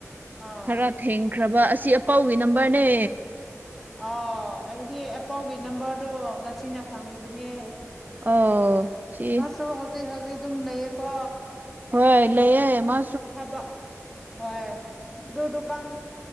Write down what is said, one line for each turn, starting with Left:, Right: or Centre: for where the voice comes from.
Centre: ꯑꯥ
Right: ꯈꯔ ꯊꯦꯡꯈ꯭ꯔꯕ ꯑꯁꯤ ꯑꯄꯥꯎꯒꯤ ꯅꯝꯕꯔꯅꯦ
Centre: ꯑꯥ ꯑꯩꯗꯤ ꯑꯦꯄꯥꯎꯒꯤ ꯅꯝꯕꯔꯗꯣ ꯉꯁꯤꯅ ꯈꯪꯂꯤꯕꯅꯦ
Right: ꯑꯣ ꯁꯤ
Centre: ꯁꯨ ꯍꯧꯖꯤꯛ ꯍꯧꯖꯤꯛ ꯑꯗꯨꯝ ꯂꯩꯌꯦꯀꯣ
Right: ꯍꯣꯏ ꯂꯩ ꯃꯥ
Centre: ꯊꯕ ꯍꯣꯏ ꯑꯗꯨ ꯗꯨꯀꯥꯟ